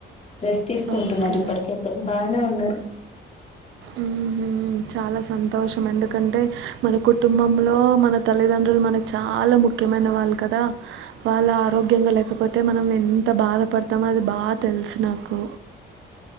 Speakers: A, on the left; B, on the right.
A: రెస్ట్ తీసుకుంటున్నారు
B: ఓకే
A: ఇప్పటికైతే బాగానే ఉన్నారు
B: ఉహుమ్ చాలా సంతోషం ఎందుకంటే మన కుటుంబంలో మన తల్లిదండ్రులు మనకు చాలా ముఖ్యమైన వాళ్ళు కదా వాళ్ళ ఆరోగ్యంగా లేకపోతే మనం ఎంత బాధపడుత తమది బాద్ తెలుసు నాకు